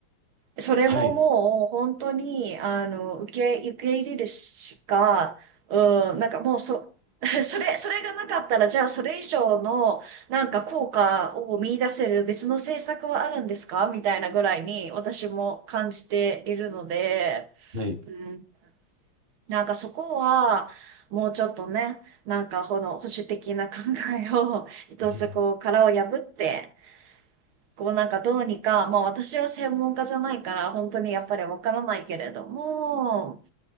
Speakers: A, on the right; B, on the right.
A: それももう本当に、
B: はい。
A: あの、受け、受け入れるしか、うん、なんかもうそ、<laughs> それ、それがなかったら、じゃあそれ以上の、なんか効果を見出せる別の政策はあるんですかみたいなぐらいに私も感じているので、
B: はい。
A: うん、なんかそこは、もうちょっとね、なんかこの保守的な考えを、<laughs> 一つこう殻を破って、
B: <laughs>
A: こうなんかどうにか、まあ私は専門家じゃないから本当にやっぱりわからないけれども、